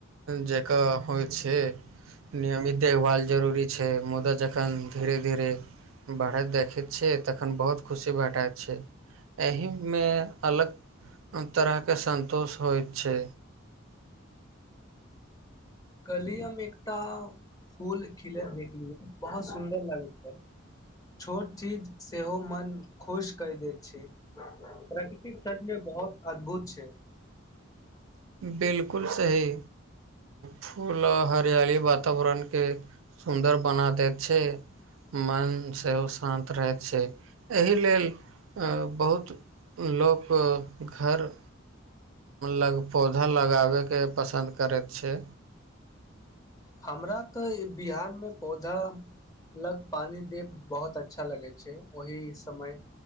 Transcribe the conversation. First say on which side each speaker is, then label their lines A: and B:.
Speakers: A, on the right (about 80°); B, on the left (about 15°).
A: जकाँ होइ छै नियमित देखभाल जरूरी छै मुदा जखन धीरे धीरे बढ़ैत देखैत छैियै तखन बहुत खुशी भेटाइत छै एहिमे अलग। तरहके सन्तोष। होइ छै।
B: कली हम एकटा फूल खिलैत देखलियै बहुत सुन्दर लगैत छै छोट चीज सेहो मन खुश कर दैत छै प्रकृतिक सचमे बहुत अद्भुत छै।
A: बिल्कुल सही फूल हरियाली वातावरणके सुन्दर बना दैत छै मन सेहो शान्त रहैत छै एहि लेल बहुत लोक घर। लग पौधा लगाबयके पसन्द करै छै।
B: हमरा तऽ बिहारमे पौधा लग पानी देब बहुत अच्छा लगै छै ओहि समय